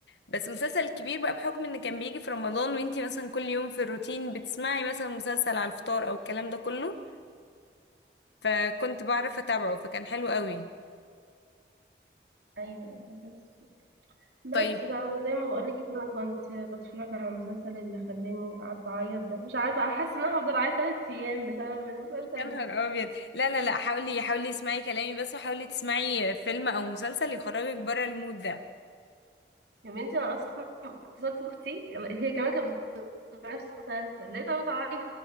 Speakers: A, on the left; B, on the right.
A: بس مسلسل كبير بقى بحكم ان كان بيجي في رمضان وانتي مثلا كل يوم في الروتين بتسمعي مثلا مسلسل على الفطار او الكلام ده كله فكنت بعرف اتابعه فكان حلو قوي
B: ايوه بس بس
A: طيب
B: بقى وزي ما بقول لك انا كنت بتفرج على المسلسل اللي خلاني قعدت اعيط ده مش عارفة احس ان انا هفضل اعيط ثلاث ايام بسبب المسلسل
A: يا نهار
B: ده
A: ابيض لا لا لا حاولي حاولي اسمعي كلامي بس وحاولي تسمعي فيلم او مسلسل يخرجك بره المود ده
B: يا بنتي انا اصلا اتصلت باختي هي كمان كانت بتتفرج على نفس المسلسل لقيتها بتعيط